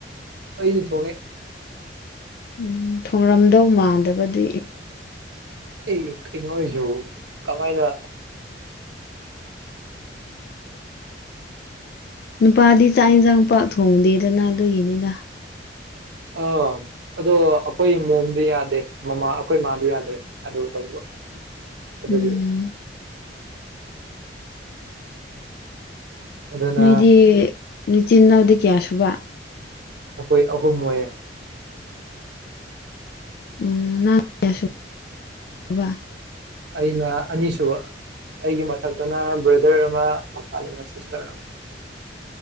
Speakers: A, on the right; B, on the left.
A: ꯑꯩꯗꯤ ꯊꯣꯡꯉꯦ
B: ꯎꯝ ꯊꯣꯡꯔꯝꯗꯧ ꯃꯥꯟꯗꯕꯗꯤ
A: ꯑꯦ ꯀꯩꯅꯣꯁꯨ ꯀꯃꯥꯏꯅ
B: ꯅꯨꯄꯥꯗꯤ ꯆꯥꯛ ꯌꯦꯟꯁꯥꯡ ꯄꯥꯛ ꯊꯣꯡꯗꯦꯗꯅ ꯑꯗꯨꯒꯤꯅꯤꯗ
A: ꯑꯥ ꯑꯗꯣ ꯑꯩꯈꯣꯏ ꯏ ꯃꯣꯝꯗꯤ ꯌꯥꯗꯦ ꯃꯃꯥ ꯑꯩꯈꯣꯏ ꯏꯃꯥꯗꯤ ꯌꯥꯗꯦ ꯑꯗꯨ ꯇꯧꯕ
B: <unintelligible>
A: ꯑꯗꯨꯒꯤ
B: ꯎꯝ
A: ꯑꯗꯨꯅ
B: ꯅꯣꯏꯗꯤ ꯅꯆꯤꯟ ꯏꯅꯥꯎꯗꯤ ꯀꯌꯥ ꯁꯨꯕ
A: ꯑꯩꯈꯣꯏ ꯑꯍꯨꯝ ꯑꯣꯏꯌꯦꯦ
B: ꯎꯝꯁꯕꯥ
A: ꯑꯩꯅ ꯑꯅꯤꯁꯨꯕ ꯑꯩꯒꯤ ꯃꯊꯛꯇꯅ ꯕ꯭ꯔꯗꯔ ꯃꯈ ꯈ ꯁꯁꯇꯔ